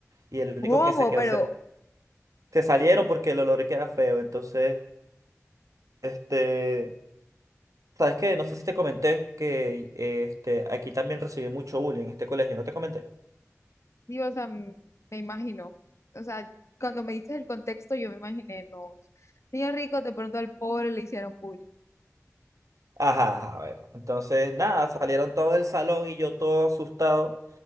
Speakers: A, on the right; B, on the left.
A: Y el
B: ¿cómo?
A: único que se quedó,
B: Pero,
A: se, se salieron porque el olor que era feo. Entonces, este... Sabes que no sé si te comenté que este, aquí también recibí mucho bullying en este colegio, ¿no te comenté?
B: Dios, o sea, m- me imagino. O sea, cuando me dices el contexto, yo me imaginé, no. Niño rico, de pronto al pobre le hicieron bullying.
A: Ajá, ajá, bueno. Entonces, nada, salieron todo del salón y yo todo asustado,